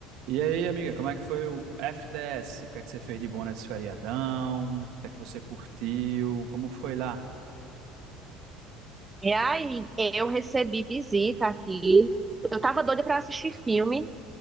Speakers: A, on the right; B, on the right.
A: E aí, amiga, como é que foi o FDS? O que é que você fez de bom nesse feriadão? O que é que você curtiu? Como foi lá?
B: E aí, eu recebi visita aqui. Eu tava doida pra assistir filme,